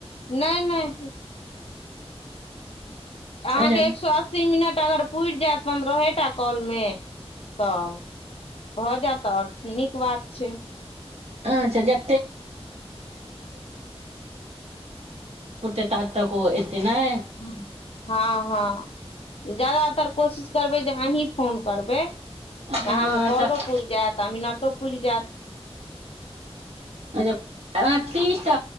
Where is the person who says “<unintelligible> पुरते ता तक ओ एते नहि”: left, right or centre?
Right